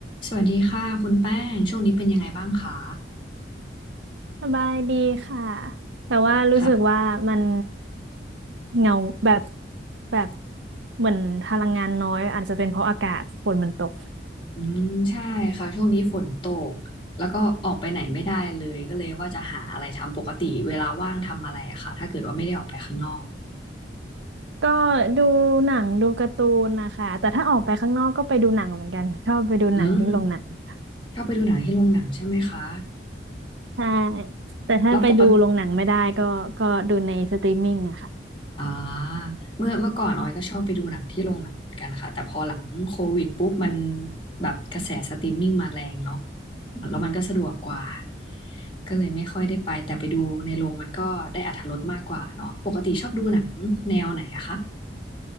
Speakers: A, on the left (about 25°); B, on the right (about 80°).
A: สวัสดีค่ะคุณแป้งช่วงนี้เป็นยังไงบ้างคะ
B: สบายดีค่ะ แต่ว่ารู้สึกว่ามัน
A: ค่ะ
B: เหงาแบบแบบเหมือนพลังงานน้อยอาจจะเป็นเพราะอากาศฝนมันตก
A: อืมใช่ค่ะช่วงนี้ฝนตกแล้วก็ออกไปไหนไม่ได้เลยก็เลยว่าจะหาอะไรทำปกติเวลาว่างทำอะไรอะค่ะถ้าเกิดว่าไม่ได้ออกไปข้างนอก
B: ก็ดูหนังดูการ์ตูนนะคะ แต่ถ้าออกไปข้างนอกก็ไปดูหนังเหมือนกันชอบไปดูหนังที่โรงหนังค่ะ
A: อืมชอบไปดูหนังที่โรงหนังใช่ไหมคะ
B: ใช่แต่ถ้าไปดูโรงหนังไม่ได้ก็ก็ดูในสตรีมมิ่งอะค่ะ
A: แล้วปกติ อ่าเมื่อเมื่อก่อนออยก็ชอบไปดูหนังที่โรงหนังกันค่ะแต่พอหลังโควิดปุ๊บมันแบบกระแสสตรีมมิ่งมาแรงเนาะแล้วมันก็สะดวกกว่าก็เลยไม่ค่อยได้ไปแต่ไปดูในโรงมันก็ได้อรรถรสมากกว่าเนาะปกติชอบดูหนังแนวไหนอะคะ